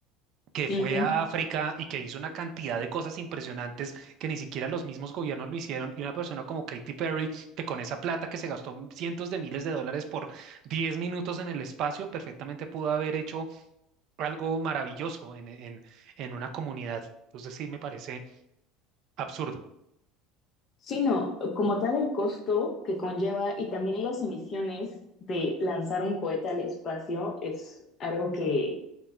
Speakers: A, on the right (about 60°); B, on the left (about 45°).
A: que fue
B: Ujú.
A: a África y que hizo una cantidad de cosas impresionantes que ni siquiera los mismos gobiernos lo hicieron, y una persona como Katy Perry, que con esa plata que se gastó cientos de miles de dólares por 10 minutos en el espacio, perfectamente pudo haber hecho algo maravilloso en, en, en una comunidad. Entonces sí me parece absurdo.
B: Sino, como tal, el costo que conlleva y también las emisiones de lanzar un cohete al espacio es algo que